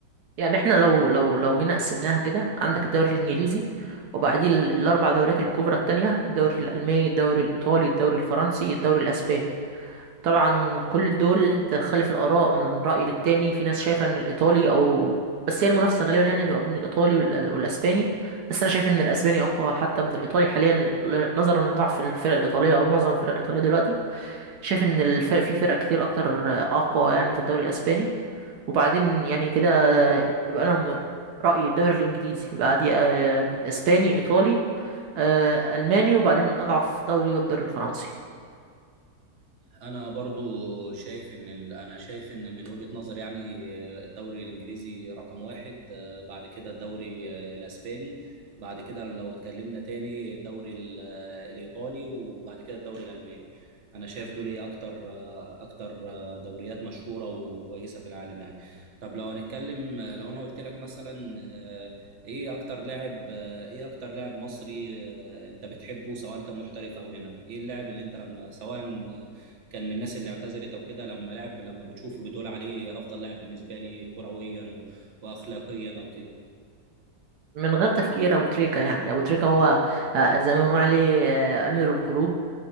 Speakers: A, on the right (about 75°); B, on the right (about 50°).
A: يعني احنا لو لو لو جينا قسمناها كده عندك الدوري الانجليزي وبعديه ال- الاربع دوريات الكبرى التانية الدوري الالماني الدوري الايطالي الدوري الفرنسي الدوري الاسباني طبعا كل دول تختلف الآراء من رأي للتاني في ناس شايفة إن الإيطالي أو بس هي المنافسة غالبا يعني تبقى بين الإيطالي وال- والأسباني بس أنا شايف إن الأسباني أقوى حتى من الإيطالي حاليا ل- نظرا لضعف الفرق الإيطالية أو معظم الفرق الإيطالية دلوقتي شايف إن الفرق في فرق كتير أكتر أقوى يعني في الدوري الأسباني وبعدين يعني كده يبقى أنا من رأيي الدوري الإنجليزي يبقى عادي آه، أسباني إيطالي آه، ألماني وبعدين أضعف دوري هو الدوري الفرنسي
B: انا برضو شايف ان ال... انا شايف ان من وجهة نظر يعني آه، الدوري الانجليزي رقم واحد آه، بعد كده الدوري آه، الاسباني بعد كده لو اتكلمنا تاني الدوري ال- آه، الايطالي وبعد كده الدوري الالماني انا شايف دول إيه اكتر آه، اكتر آه، دوريات مشهورة وكويسة في العالم يعني طب لو هنتكلم آه، لو انا قلت لك مثلا آه، ايه اكتر لاعب آه، ايه اكتر لاعب مصري آه، انت بتحبه سواء كان محترف او هنا ايه اللاعب اللي انت لما سواء آه، كان من الناس اللي اعتزلت او كده لما لعب لما بتشوفه بتقول عليه افضل لاعب بالنسبه لي كرويا و- واخلاقيا او كده
A: من غير تفكير ابو تريكة يعني ابو تريكة هو آه، زي ما بنقول عليه آه، امير القلوب